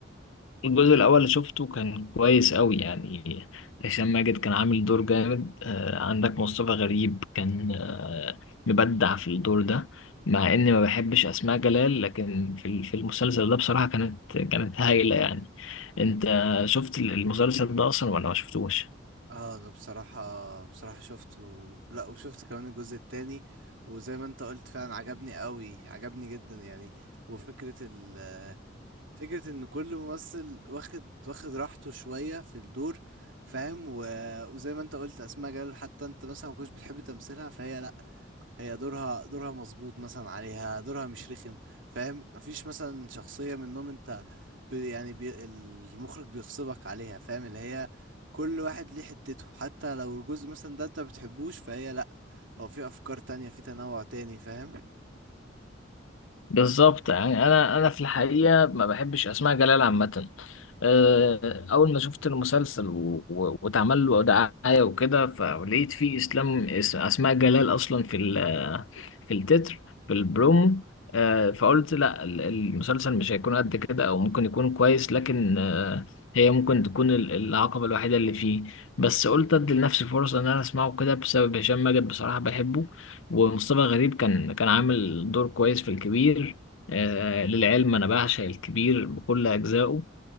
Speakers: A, on the left; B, on the right.
A: الجزء الأول اللي شفته كان كويس أوي يعني هشام ماجد كان عامل دور جامد آه، عندك مصطفى غريب كان آه، مبدع في الدور ده مع إني ما بحبش أسماء جلال لكن في ال- في المسلسل ده بصراحة كانت كانت هايلة يعني أنت شفت المسلسل ده أصلا ولا ما شفتوش؟
B: اه انا بصراحة بصراحة شفته لا وشفت كمان الجزء التاني وزي ما انت قلت فعلا عجبني قوي عجبني جدا يعني وفكرة ال فكرة ان كل ممثل واخد واخد راحته شوية في الدور فاهم و... وزي ما انت قلت اسماء جلال حتى انت مثلا ما كنتش بتحب تمثيلها فهي لا هي دورها دورها مظبوط مثلا عليها دورها مش رخم فاهم مفيش مثلا شخصية منهم انت بي يعني بي المخرج بيغصبك عليها فاهم اللي هي كل واحد ليه حتته حتى لو الجزء مثلا ده انت بتحبوش فهي لا هو في افكار تانية في تنوع تاني فاهم
A: بالظبط يعني انا انا في الحقيقه ما بحبش اسماء جلال عامه أه، اول ما شفت المسلسل و- و- واتعمل له دعايه وكده فلقيت فيه اسلام اس- اسماء جلال اصلا في ال- في التتر في البرومو أه، فقلت لا ال- المسلسل مش هيكون قد كده او ممكن يكون كويس لكن أه، هي ممكن تكون ال- العقبه الوحيده اللي فيه بس قلت ادي لنفسي فرصه ان انا اسمعه كده بسبب هشام ماجد بصراحه بحبه ومصطفى غريب كان كان عامل دور كويس في الكبير آه للعلم انا بعشق الكبير بكل اجزائه